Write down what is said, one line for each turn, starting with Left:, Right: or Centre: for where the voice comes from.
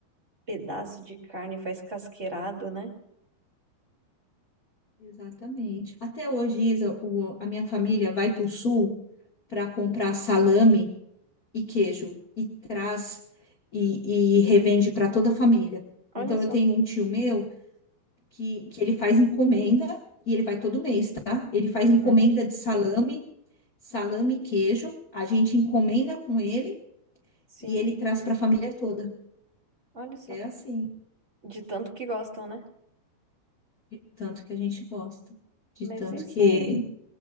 Right: pedaço de carne, faz casqueirado, né?
Left: Exatamente. Até hoje, Isa, o- a minha família vai para o sul para comprar salame e queijo e traz e, e revende para toda a família.
Right: Olha
Left: Então,
Right: só.
Left: eu tenho um tio meu que, que ele faz encomenda e ele vai todo mês, tá? Ele faz
Right: Uhum.
Left: encomenda de salame, salame e queijo. A gente encomenda com ele
Right: Sim,
Left: e ele traz para a família toda.
Right: olha só.
Left: É assim,
Right: De tanto que gostam, né?
Left: de tanto que a gente gosta, de
Right: Mas
Left: tanto
Right: é isso
Left: que
Right: aí.